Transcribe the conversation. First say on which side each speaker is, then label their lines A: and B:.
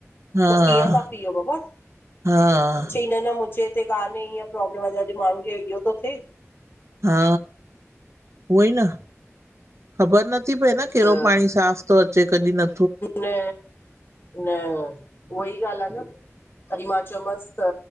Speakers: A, on the right; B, on the left.
A: हा
B: त कीअं
A: हा
B: ता पीओ बबा
A: हा
B: चई न न, मुंझें हिते कान्हे ईंय प्रोब्लम अॼ माण्हू खे इहो तो थे
A: हा उहई न ख़बर नथी पए न केड़ो
B: त
A: पाणीं साफ़ तो अचे कॾहिं न
B: न न उहई ॻाल्ह आहे न तॾहिं मां चयोमांस त